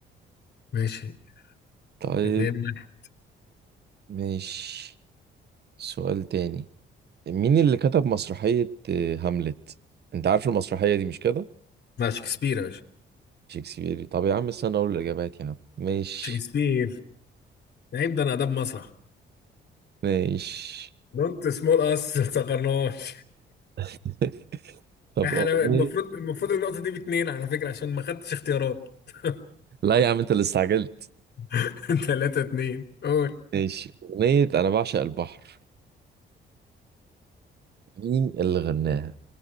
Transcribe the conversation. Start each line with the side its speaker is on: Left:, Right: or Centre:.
Left: ماشي
Right: طيب
Left: اتنين واحد.
Right: ماشي سؤال تاني مين اللي كتب مسرحية آه، هاملت انت عارف المسرحية دي مش كده
Left: لا شكسبير يا باشا
Right: شكسبيري طب يا عم استنى اقول الاجابات يا عم ماشي
Left: شكسبير عيب ده انا اداب مسرح
Right: ماشي
Left: دونت سمول اس ما تصغرناش
Right: <laughs> طب
Left: <laughs> احنا
Right: أغنية
Left: المفروض المفروض النقطة دي باتنين على فكرة عشان ما خدتش اختيارات <laughs>
Right: لا يا عم انت اللي استعجلت
Left: <laughs> 3 2 قول
Right: ماشي أغنية أنا بعشق البحر مين اللي غناها؟